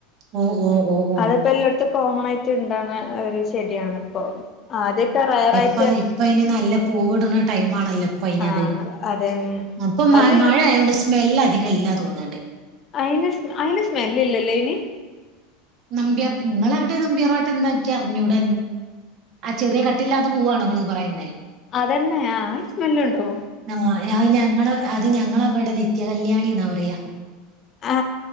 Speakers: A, on the right; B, on the left.
A: ഓ ഓ ഓ ഓ
B: അത്പ്പ എല്ലോട്ത്തും കോമണായിട്ട് ഇണ്ടാവ്ണ ഒരു ചെടിയാണ് പ്പൊ ആദ്യൊക്കെ റയാറായി
A: പ്പ ഇപ്പ അഴിന് നല്ല പൂവ്ട്ണ ടൈമാണല്ലോ <unintelligible>
B: ആഹ് അതെ ഉം
A: അപ്പം മ
B: അത്
A: മഴ ആയോണ്ട് സ്മെല്ല് അധികം ഇല്ലാ തോന്ന്ണ്ട്
B: അഴിന് സ്മെ അയിന് സ്മെല്ല്ല്ലല്ലോ അയ്ന്
A: നമ്പ്യാർ ഇങ്ങളവ്ടെ നമ്പ്യാർവട്ടം എന്താ ക്കി അർഞ്ഞൂട ആ ചെറിയ കട്ടില്ലാത്ത പൂവാണൊങ്ങള് പറയുന്നേ
B: അതന്നെ ആ സ്മെല്ലുണ്ടോ
A: ആ അഹ് ഞങ്ങളെ അത് ഞങ്ങളവടെ നിത്യകല്യാണി ന്നാ പറയാ
B: ആ